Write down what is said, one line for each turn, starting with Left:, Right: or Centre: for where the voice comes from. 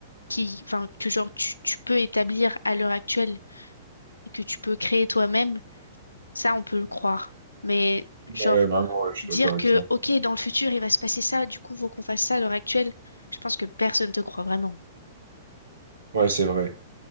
Left: qui, enfin, que genre tu, tu peux établir à l'heure actuelle et que tu peux créer toi-même, ça, on peut le croire. Mais
Right: Ouais,
Left: genre,
Right: vraiment, ouais, je
Left: dire
Right: suis d'accord avec
Left: que,
Right: ça.
Left: OK, dans le futur, il va se passer ça, du coup, faut qu'on fasse ça à l'heure actuelle, je pense que personne te croit vraiment.
Right: Ouais, c'est vrai.